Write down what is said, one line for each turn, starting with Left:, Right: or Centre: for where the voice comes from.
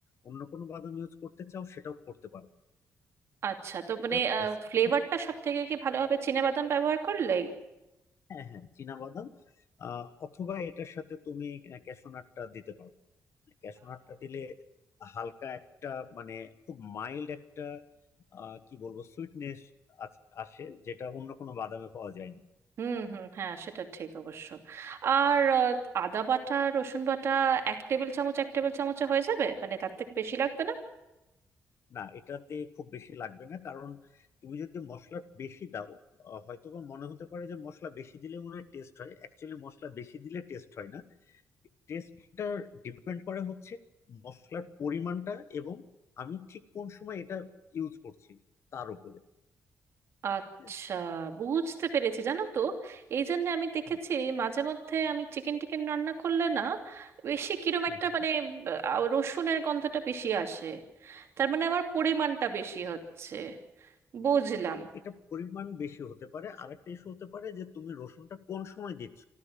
Left: অন্য কোনো বাদাম ইউজ করতে চাও সেটাও করতে পারো
Right: আচ্ছা তো মানে
Left: এটা বেসিক্যালি
Right: ফ্লেভারটা সব থেকে কি ভালো হবে চিনে বাদাম ব্যবহার করলেই
Left: হ্যাঁ হ্যাঁ চীনা বাদাম আহ, অথবা এটার সাথে তুমি ক্যাশনাটটা দিতে পারো ক্যাশনাটটা দিলে হালকা একটা মানে খুব মাইল্ড একটা আহ, কি বলবো সুইটনেস আসে যেটা অন্য কোনো বাদামে পাওয়া যায় না
Right: হুম হুম হ্যাঁ সেটা ঠিক অবশ্য আর আহ, আদা বাটা রসুন বাটা এক টেবিল চামচ এক টেবিল চামচে হয়ে যাবে মানে তার থেকে বেশি লাগবে না
Left: না এটাতে খুব বেশি লাগবে না কারণ তুমি যদি মশলা বেশি দাও আহ, হয়তো বা মনে হতে পারে যে মশলা বেশি দিলে মনে হয় টেস্ট হয় অ্যাকচুয়ালি মশলা বেশি দিলে টেস্ট হয় না টেস্টটা ডিপেন্ড করে হচ্ছে মশলার পরিমাণটা এবং আমি ঠিক কোন সময় এটা ইউজ করছি তার উপরে
Right: আচ্ছা
Left: হ্যাঁ,
Right: বুঝতে পেরেছি জানো তো এই জন্য আমি দেখেছি
Left: হ্যাঁ,
Right: মাঝে মধ্যে আমি চিকেন টিকেন রান্না করলে না বেশি কিরম
Left: হ্যাঁ।
Right: একটা
Left: হ্যাঁ।
Right: মানে আহ, রসুনের গন্ধটা বেশি আসে তার মানে আমার পরিমাণটা বেশি হচ্ছে বুঝলাম
Left: এটা পরিমাণ বেশি হতে পারে আরেকটা ইস্যু হতে পারে যে তুমি রসুনটা কোন সময় দিচ্ছ